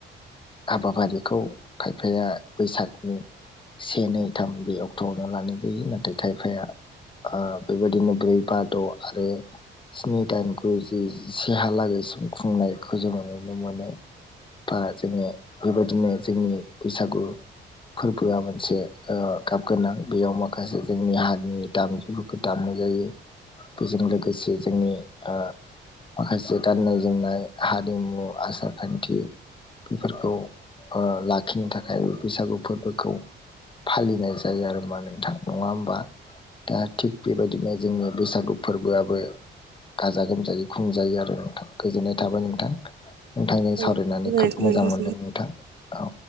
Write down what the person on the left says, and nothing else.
हाबाफारिखौ खायफाया बैसागनि- से नै थाम बे अक्ट'आवनो लानाय जायो नाथाय खायफाया बेबायदिनो ब्रै बा द' आरो स्नि दाइन गु जिसेहालागैसिम खुंनायखौ जोङो नुनो मोनो। बा जोंङो बेबायदिनो जोंनि बैसागु फोरबोआ मोनसे गाब गोनां बेयाव माखासे जोंनि हारिनि दामजुफोरखौ दामनाय जायो बेजों लोगोसे जोंनि ओ। माखासे गाननाय जोमनाय हारिमु आसार खान्थि फोरखौ लाखिनो थाखाय बैसागु फोरबोखौ फालिनाय जायो आरोना नोंथां नङा ओमबा? दा थिग बेबायदिनो जोंनि बैसागु फोरबोआबो गाजा गोमजायै खुंजायो आरो गोजोननाय थाबाय नोंथां नोंथांजों
सावरायनानै खोब
मोजां
मोनदों नोंथां। औ